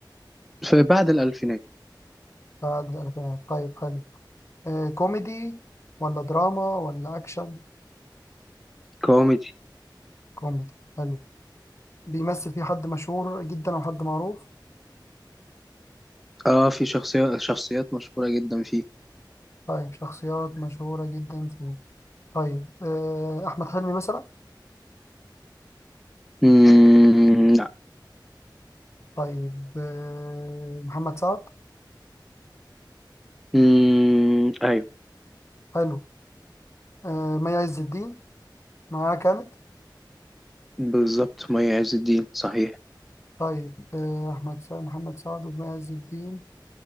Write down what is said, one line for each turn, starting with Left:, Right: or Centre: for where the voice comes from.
Centre: في بعد الالفينات
Left: بعد الألفينات طيب حلو آه، كوميدي ولا دراما ولا أكشن
Centre: كوميدي
Left: كوميدي حلو بيمثل فيه حد مشهور جدا أو حد معروف
Centre: اه في شخصيات شخصيات مشهورة جدا فيه
Left: طيب شخصيات مشهورة جدا فيه طيب آه، أحمد حلمي مثلا
Centre: مم... لا.
Left: طيب آه، محمد سعد
Centre: مم... ايوه
Left: حلو آه، مي عز الدين معاه كان
Centre: بالظبط مي عز الدين صحيح
Left: طيب آه، أحمد سعد محمد سعد ومعز الدين